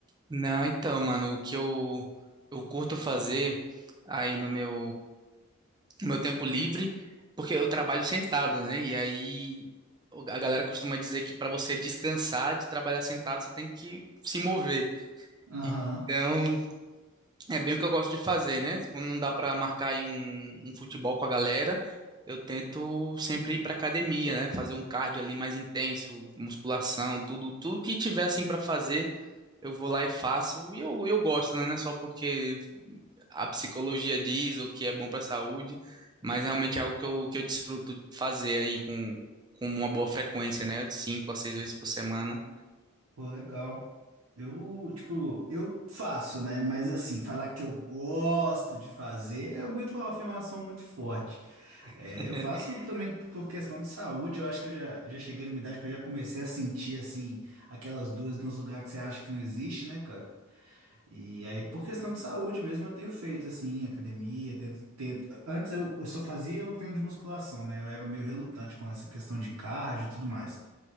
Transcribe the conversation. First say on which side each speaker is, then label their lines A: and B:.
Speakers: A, on the right; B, on the right.
A: Não, então, mano, o que eu, eu curto fazer aí no meu, no meu tempo livre, porque eu trabalho sentado, né? E aí o- a galera costuma dizer que para você descansar de trabalhar sentado, você tem que se mover.
B: Aham,
A: Então, é bem o que eu gosto de fazer, né? Quando não dá para marcar aí um, um futebol com a galera, eu tento sempre ir para academia, né? Fazer um cardio ali mais intenso, musculação, tudo, tudo que tiver assim para fazer eu vou lá e faço, e eu, eu gosto, né? Não é só porque a psicologia diz o que é bom para a saúde, mas realmente é algo que eu, que eu desfruto de fazer aí com, com uma boa frequência, né? De cinco a seis vezes por semana.
B: Pô, legal. Eu, tipo, eu faço, né? Mas assim, falar que eu gosto de fazer é muito uma afirmação muito forte.
A: <laughs>
B: É, eu faço também p- por questão de saúde, eu acho que eu já, já cheguei numa idade que eu já comecei a sentir, assim, aquelas dores nos lugares que você acha que não existe, né, cara? E aí, por questão de saúde mesmo, eu tenho feito, assim, academia, tento, tento- Antes eu, eu só fazia o treino de musculação, né? Eu era meio relutante com essa questão de cardio e tudo mais.